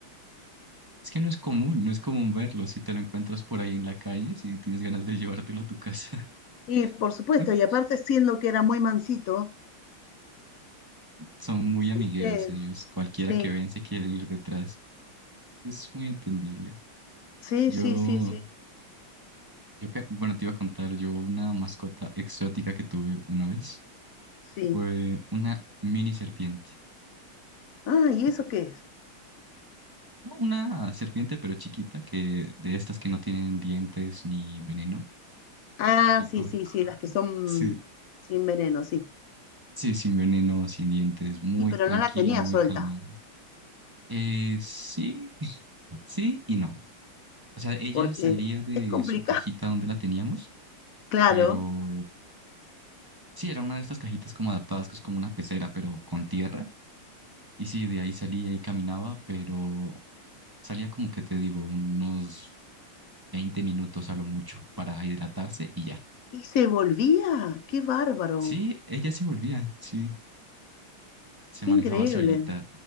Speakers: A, on the right; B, on the left.
A: Es que no es común, no es común verlo. Si te lo encuentras por ahí en la calle, si tienes ganas de llevártelo a tu casa,
B: y por
A: <laughs>
B: supuesto,
A: porque
B: y aparte siendo que era muy mansito,
A: son muy amigueros
B: ¿viste?
A: ellos. Cualquiera
B: Sí,
A: que ven se quieren ir detrás. Sí, es muy entendible.
B: sí,
A: Yo,
B: sí, sí, sí,
A: yo, que- bueno, te iba a contar, yo una mascota exótica que tuve una vez
B: sí.
A: fue una mini serpiente.
B: Ah, ¿y eso qué es?
A: No, una serpiente, pero chiquita, que de estas que no tienen dientes ni veneno.
B: Ah,
A: Lo tuve
B: sí, sí,
A: <laughs> con-
B: sí, las que son
A: Sí,
B: sin veneno, sí.
A: sí, sin veneno, sin dientes, muy
B: Y pero
A: tranquila,
B: no la tenía
A: muy
B: suelta,
A: calmada. Eh, sí, <laughs> sí y no. O sea, ella
B: porque
A: salía de
B: es complicado,
A: su cajita
B: <laughs>
A: donde la teníamos,
B: claro.
A: pero sí, era una de estas cajitas como adaptadas, que es como una pecera, pero con tierra. Y sí, de ahí salía y caminaba, pero salía como que te digo, unos 20 minutos a lo mucho para hidratarse y ya.
B: Y se volvía, qué bárbaro,
A: Sí, ella se volvía, sí. Se
B: qué
A: manejaba
B: increíble.
A: solita.